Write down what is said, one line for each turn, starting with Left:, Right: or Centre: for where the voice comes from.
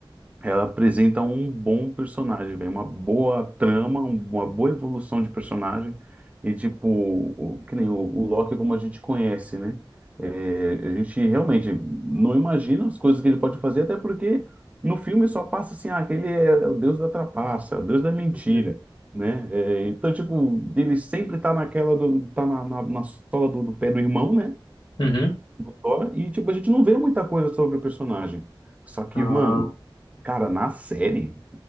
Right: Ela apresenta um bom personagem, velho, uma boa trama, um- uma boa evolução de personagem. E, tipo, o- que nem o, o Loki, como a gente conhece, né? É, a gente realmente não imagina as coisas que ele pode fazer, até porque no filme só passa assim: ah, que ele é o deus da trapaça, o deus da mentira,
Left: Uhum.
Right: né? É, então, tipo, ele sempre tá naquela, do, tá na, na, na sola do, do pé do irmão, né?
Left: Uhum.
Right: só e, tipo, a gente não vê muita coisa sobre o personagem. Só que,
Left: Ah,
Right: mano, cara, na série,